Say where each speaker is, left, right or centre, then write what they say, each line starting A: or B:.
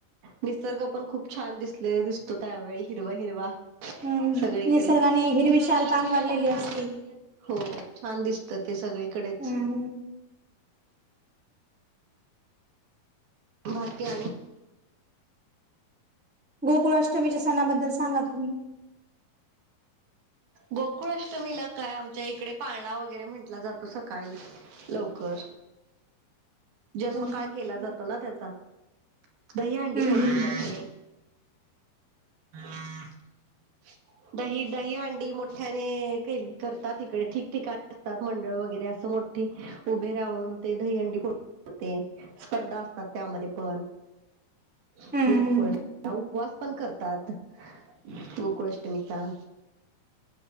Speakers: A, on the right; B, in the centre.
A: निसर्ग पण खूप छान दिसले, दिसतो त्यावेळी हिरवा हिरवा
B: हम्म
A: सगळीकडे
B: निसर्गाने
A: <unintelligible>
B: हिरवी शाल पांघरलेली असते.
A: हो छान दिसत ते सगळीकडेच.
B: हम्म.
A: बाकी आणि
B: गोकुळ अष्टमीच्या सणाबद्दल सांगा तुम्ही.
A: गोकुळ अष्टमीला काय आमच्या इकडे पाळणा वगैरे म्हटला जातो सकाळी. लवकर. जन्म
B: हम्म.
A: काळ केला जातो ना त्याचा, दहीहंडी
B: हम्म
A: फोडली
B: हम्म
A: जाते. <inaudible> दही दहीहांडी मोठ्याने के करतात इकडे ठिकठिकानी मंडळ वगैरे असं मोठ ते उभे राहून ते दही हंडी फोड म ते स्पर्धा असतात त्यामध्ये पण. <inaudible>
B: हम्म
A: उपवास
B: हम्म
A: पण करतात गोकुळाष्टमीचा.